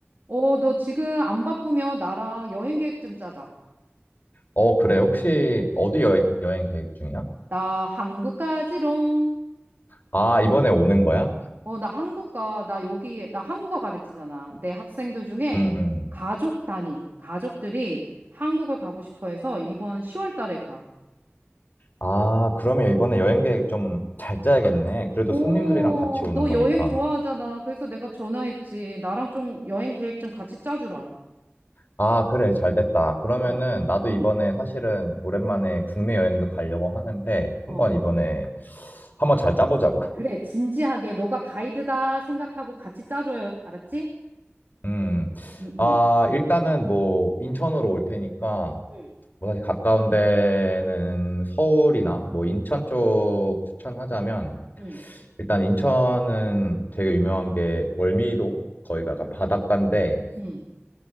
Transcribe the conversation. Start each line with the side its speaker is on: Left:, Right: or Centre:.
Right: 어, 너 지금 안 바쁘면 나랑 여행 계획 좀 짜자.
Left: 어, 그래. 혹시 어디 여, 여행 계획 중이야?
Right: 나 한국 가지롱.
Left: 아, 이번에 오는 거야?
Right: 어, 나 한국 가. 나 여기, 나 한국어 가르치잖아. 내 학생들 중에
Left: 응, 응.
Right: 가족 단위, 가족들이 한국을 가고 싶어 해서 이번 10월 달에 가.
Left: 아, 그러면 이번에 여행 계획 좀 잘 짜야겠네. 그래도
Right: 오,
Left: 손님들이랑 같이 오는
Right: 너
Left: 거니까.
Right: 여행 좋아하잖아. 그래서 내가 전화했지. 나랑 좀 여행 계획 좀 같이 짜주라.
Left: 아, 그래. 잘 됐다. 그러면은
Right: 어,
Left: 나도
Right: 응,
Left: 이번에 사실은 오랜만에 국내 여행도 가려고 하는데
Right: 어.
Left: 한번 이번에 한번 잘 짜보자고.
Right: 그래, 진지하게. 너가 가이드다 생각하고 같이 짜줘요. 알았지?
Left: 음.
Right: 응,
Left: 아,
Right: 응,
Left: 일단은 뭐 인천으로 올 테니까
Right: 응,
Left: 뭐 사실 가까운 데는 서울이나 뭐 인천
Right: 응,
Left: 쪽 추천하자면
Right: 응.
Left: 일단 인천은 되게 유명한 게 월미도 거기가 약간 바닷가인데
Right: 응.